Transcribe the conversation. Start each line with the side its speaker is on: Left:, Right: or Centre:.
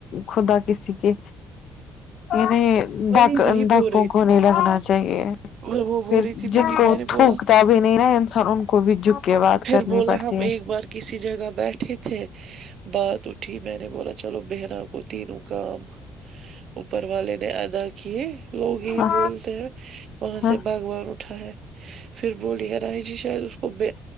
Left: خدا کسی کے ینی
Right: وہی
Left: ڈک
Right: وہی
Left: ڈکوں
Right: بول رہی
Left: کو
Right: تھی
Left: نہیں لگنا چاہیے
Right: وہ وہ بول
Left: پھر
Right: رہی تھی
Left: جن
Right: میری
Left: کو
Right: میں نے
Left: تھوکتا
Right: بولا
Left: بھی نہیں نا انسان ان کو بھی جک کے بات
Right: پھر
Left: کرنی
Right: بولا
Left: پڑتی
Right: ہم
Left: ہے
Right: ایک بار کسی جگہ بیٹھے تھے بات اٹھی میں نے بولا چلو بہنا کو تینوں کام اوپر والے نے ادا کیے لوگ یہی
Left: ہاں
Right: بولتے ہیں وہاں
Left: ہاں
Right: سے باغوان اٹھا ہے پھر بولی ہے رائ جی شاید اس کو